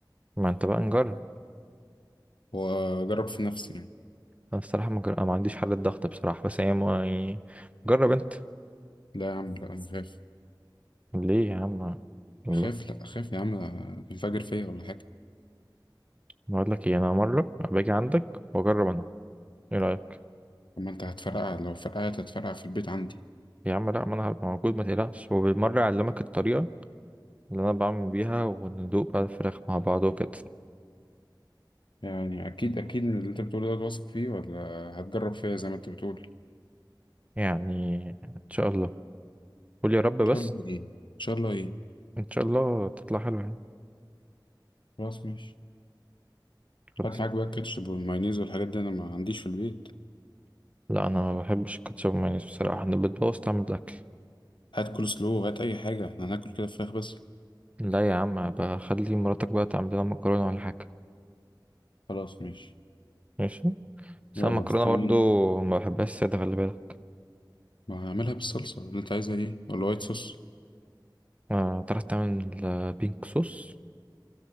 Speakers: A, on the right; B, on the left.
A: ما انت بقى نجرب
B: وأجرب في نفسي يعني
A: انا الصراحة ما, جر... أنا ما عنديش حل الضغط بصراحة بس هي ما... يعني جرب انت
B: لا يا عم لا أنا خايف
A: ليه يا عم لا
B: خايف لا خايف يا عم الفجر فيا ولا حاجة
A: بقول لك ايه انا مرة باجي عندك واجرب انا ايه رأيك
B: أما أنت هتفرقع لو فرقعت هتفرقع في البيت عندي
A: يا عم لا ما انا هبقى موجود ما تقلقش وبالمرة اعلمك الطريقة اللي انا بعمل بيها وندوق بقى الفراخ مع بعض وكده
B: يعني أكيد أكيد من اللي أنت بتقوله ده واثق فيه ولا هتجرب فيا زي ما أنت بتقول إن
A: يعني ان شاء الله قول يا رب بس
B: شاء الله إيه إن شاء الله إيه
A: ان شاء الله تطلع حلوة يعني
B: خلاص ماشي
A: خلاص
B: هات معاك بقى الكاتشب والمايونيز والحاجات دي أنا ما عنديش في البيت
A: لا انا ما بحبش الكاتشب والمايونيز بصراحة انا بتبوظ طعم الاكل
B: هات كول سلو هات أي حاجة إحنا هناكل كده فراخ بس
A: لا يا عم بخلي مراتك بقى تعمل لنا مكرونة ولا حاجة
B: خلاص ماشي
A: ماشي بس
B: يلا
A: أنا المكرونة
B: مستنيك
A: برضو ما بحبهاش سادة خلي بالك
B: ما هعملها بالصلصة اللي انت عايزها ايه ولا وايت صوص
A: ما تعرف تعمل آه، بينك صوص